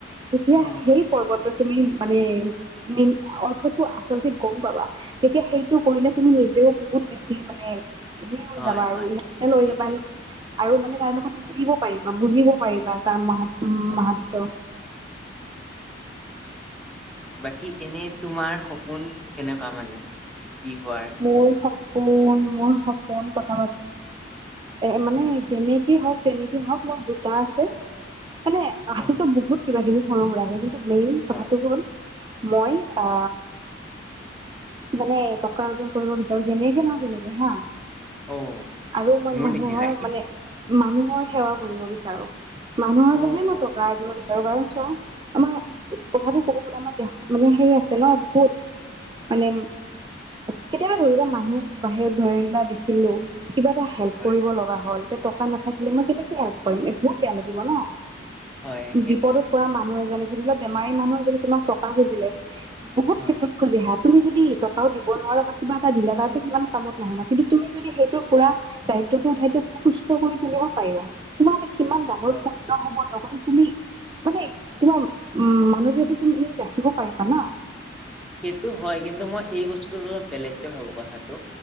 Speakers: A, on the right (about 25°); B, in the centre.
A: যেতিয়া
B: অ
A: সেই পৰ্বত। তুমি মানে মেনট অৰ্থ আছলেতে গম পাৱা তেতিয়া সেইটো কৰিলে তুমি। নিজেও বহুত বেছি মানে হে হৈ
B: হয়
A: যাবা আৰু
B: হয়
A: ইমচনেল হৈ
B: সেইটোৱে
A: যাবা আৰু মানে তাৰ লগত মিলিব পাৰিবা বুজিব পাৰিবা তাৰ মাহাত
B: অ
A: মাহাতয়
B: বাকী এনে তোমাৰ সপোন কেনেকুৱা মানে? কি হোৱাৰ
A: মোৰ স কোন মোৰ সপোন কথা এ মানে যেনেকে হওক তেনেকে হওক মোৰ দুটা আছে। মানে আছেতো
B: অ
A: বহুত কিবা কিবি সৰু সুৰাকে কিন্তু মেইন
B: হয়
A: কথাটো হ'ল মই আ মানে টকা অৰ্জন কৰিব বিচাৰো যেনেকে ন তেনেকে হা।
B: অ
A: আৰু মই
B: মোৰ
A: মানুহৰ
B: নিচিনাই
A: মানে মানুহৰ সেৱা কৰিব বিচাৰো মানুহৰ
B: অ
A: বাবে মই
B: অ
A: টকা আৰ্জিব বিচাৰো। কাৰণ চোৱা আমাৰ কথাটো কব গলে আমাৰ দেশ মানে হেইৰি আছে ন বহুত। মানে কেতিয়াবা ধৰি লোৱা মানুহ বাহিৰত ধৰিলোৱা দেখিলো কিবা এটা হেল্প
B: হয়
A: কৰিব লগা হ'ল এয়া টকা নাথাকিলে মই কেনেকে হেল্প কৰিম এই বহুত বেয়া লাগিব ন-
B: হয় সেই
A: বিপদত পৰা মানুহ এজনে ধৰি লওক বেমাৰী মানুহ এজনী তোমাক টকা খুজিলে বহুত
B: হয়
A: ক্ষেত্ৰত খোজে হাত- তুমি যদি টকাও দিব নোৱাৰা বা কিবা এটা দিলা তাৰো সিমান কামত নাহে ন কিন্তু তুমি যদি সেইটো পুৰা দায়িত্ব উঠাই ত সুস্থ কৰি তুলিব পাৰিবা তোমাৰ এটা কিমান ডাঙৰ
B: হয়
A: পুণ্য হ'ব- লগতে তুমি মানে তোমাৰ উ মানৱীয়তটো তুমি ৰাখিব পাৰিবা ন।
B: সেইটো হয় কিন্তু মই এই বস্তুটোত অলপ বেলেগকে ভাবো কথাটো